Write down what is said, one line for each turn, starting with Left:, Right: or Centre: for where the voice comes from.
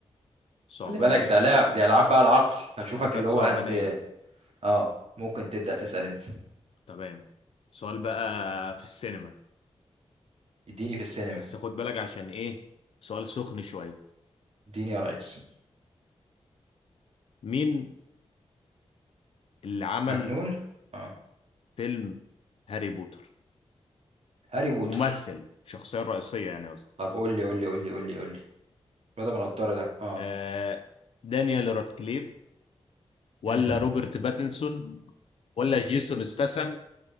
Left: صعبانية
Right: خلي بالك ده لعب دي ألعاب بقى العقل هشوفك
Left: حركات
Right: اللي
Left: صعبانية
Right: هو هت آه ممكن تبدأ تسأل أنت
Left: تمام سؤال بقى في السينما
Right: اديني في السينما
Left: بس خد بالك عشان ايه سؤال سخن شوية
Right: اديني يا ريس
Left: مين اللي عمل
Right: مجنون آه
Left: فيلم هاري بوتر
Right: هاري بوتر
Left: الممثل الشخصية الرئيسية يعني قصدي
Right: طب قول لي قول لي قول لي قول لي قول لي بدأ بنضارة ده اه
Left: آه دانيال رادكليف ولا
Right: مم.
Left: روبرت باتنسون ولا جيسون استسم